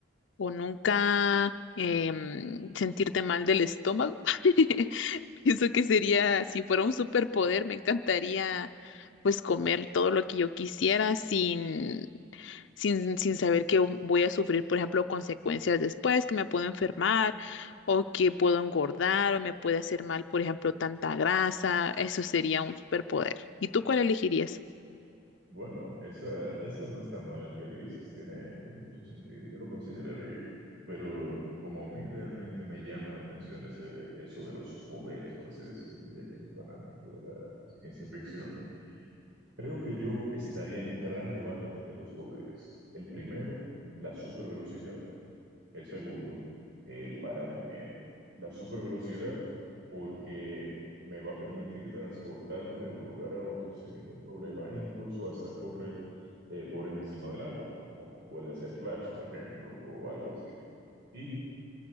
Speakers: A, on the left; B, on the right.
A: o nunca em, sentirte mal del estómago. <laughs> Pienso que sería, si fuera un superpoder, me encantaría pues comer todo lo que yo quisiera sin sin, sin saber que voy a sufrir, por ejemplo, consecuencias después, que me puedo enfermar o que puedo engordar o me puede hacer mal, por ejemplo, tanta grasa. Eso sería un superpoder. ¿Y tú cuál elegirías?
B: Bueno, esa, ese no está mal el que dices, tiene, tiene mucho sentido, yo lo consideraría. Pero como a mí realmente me llama la atención ese, eso de los poderes, por así decirlo, ya que soy fanático de la ciencia ficción. Creo que yo estaría en un gran debate entre dos poderes. El primero, la supervelocidad. El segundo, el parar el tiempo. La supervelocidad porque me va a permitir transportarme de un lugar a otro sin ningún problema e incluso hasta correr eh, por encima del agua, como puede hacer Flash, por ejemplo, o algo así. Y